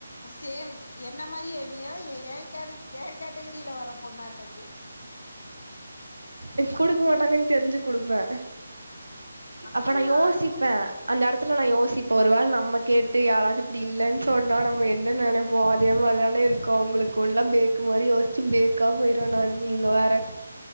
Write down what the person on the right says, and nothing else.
இப் குடுக்க மாட்டாங்கன் தெரிஞ்சு குடுப்ப அப்ப
நா
யோசிப்ப
அந்த எடத்துல நா யோசிப்போ ஒருவேல நம்ம கேட்டு யாராவது இப்டி இல்லன்னு சொன்னா நம்ம என்ன நெனைப் இப்போ அதே மாரிதான இருக்கு ஒங்களுக்கு எல்லா பேக்கு மாரி யோச்சு பேக்கா போயிருவ நானு நீங்க வேற